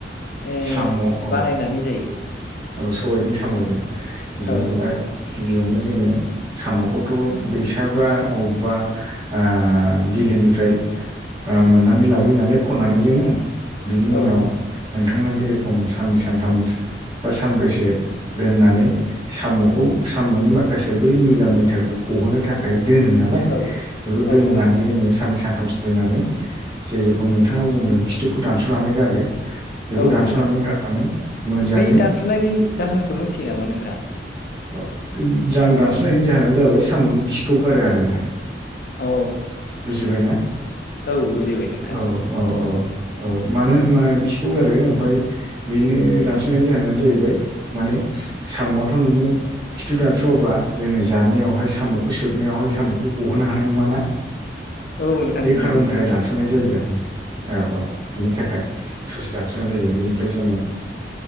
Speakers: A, on the left; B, on the right.
A: ओ
B: साम' अ
A: बानायनानै जायो?
B: औ सबायजों साम'जों जेन'बा
A: औ
B: गिबियावनो जोङो साम'खौथ' दैसाबा अबेबा ओ बि लोनिफ्राय ओ मोननानै लाबोयो नालाय खननानै जोङो। बिनि उनाव
A: औ
B: नोंथाङा जेरेखम साननै सानथाम बा सानब्रैसो दोननानै साम'खौ साम'नि माखासे बै मैला मैथाखौ गहोनो थाखाय दोनो नालाय
A: औ
B: बेखौ
A: औ
B: दोननानै
A: औ
B: जोङो साननैसो सानथामसो दोननानै जेरेखम नोंथाङा बुंदों खिथुखौ दानस'नानै गारो। बेखौ
A: औ
B: दानस'नानै
A: नोंथां
B: गारनानै मोजाङै
A: बै दानस'नायनि जाहोनखौ मिथियो नामा नोंथाङा?
B: औ जां दानस'नायनि जाहोनानो जाबाय साम'नि खिखौ गारो आरो ना।
A: औ।
B: बुजिबायना?
A: औ बुजिबाय नोंथां
B: औ औ औ। औ मानो मा खिखौ गारो ओमफाय बेनो दानस्लायनायनि जाहोनानो जाहैबाय माने साम'आथ' नोङो खिथु दानस'वाबा जोङो जानायावहाय साम'खौ सोबनायावहाय साम'खौ गहोनो हानाय नङाना?
A: औ नोंथां
B: बे
A: नंगौ
B: खार'ननि थाखाय दानस'नाय जायो आरोना। औ, औ, बिनि थाखाय। ससे दानस'नाय जायो बेनिफ्राय जोङो